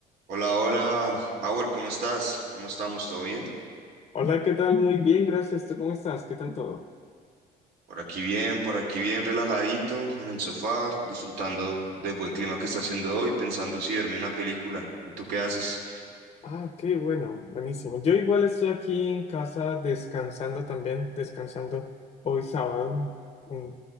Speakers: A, on the right; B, on the left.
A: Hola, hola, Howard, ¿cómo estás? ¿Cómo estamos? ¿Todo bien?
B: Hola, ¿qué tal? Muy bien, gracias. ¿Tú cómo estás? ¿Qué tal todo?
A: Por aquí bien, por aquí bien, relajadito en el sofá, disfrutando del buen clima que está haciendo hoy, pensando si verme una película. ¿Y tú qué haces?
B: Ah, ok, bueno, buenísimo. Yo igual estoy aquí en casa descansando también, descansando hoy sábado, mm,